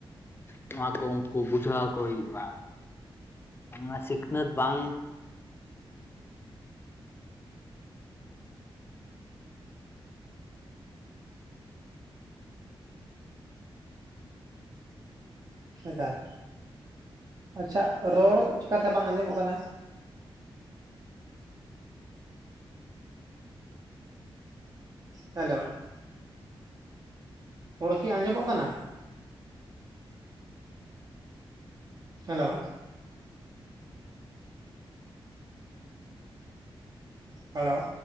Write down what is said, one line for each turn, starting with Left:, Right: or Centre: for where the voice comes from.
Left: ᱱᱚᱣᱟ ᱠᱚ ᱩᱱᱠᱩ ᱵᱩᱡᱷᱟᱹᱣᱟᱠᱚ ᱦᱩᱭᱩᱜᱼᱟ᱾ ᱚᱱᱟ ᱥᱤᱠᱷᱱᱟᱹᱛ ᱵᱟᱝ
Right: ᱮᱠᱟᱞ, ᱟᱪᱪᱷᱟ ᱨᱚᱲ ᱪᱤᱠᱟᱛᱮ ᱵᱟᱝ ᱟᱸᱡᱚᱢᱚᱜ ᱠᱟᱱᱟ? ᱦᱮᱞᱳ᱾ ᱨᱚᱲ ᱠᱤ ᱟᱸᱡᱚᱢᱚᱜ ᱠᱟᱱᱟ? ᱦᱮᱞᱳ᱾ ᱦᱮᱞᱳ᱾